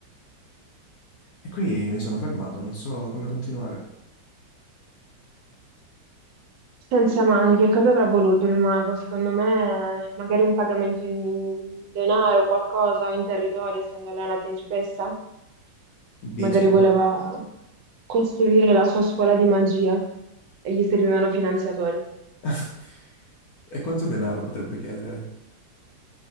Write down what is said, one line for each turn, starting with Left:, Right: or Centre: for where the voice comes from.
Left: E qui mi sono fermato, non so come continuare.
Right: Senza mani, che cosa avrà voluto il mago? Secondo me, magari un pagamento in denaro, qualcosa, o in territorio, essendo lei una principessa?
Left: Dici
Right: Magari
Left: con...
Right: voleva costruire la sua scuola di magia e gli servivano finanziatori.
Left: <laughs> E quanto denaro potrebbe chiedere?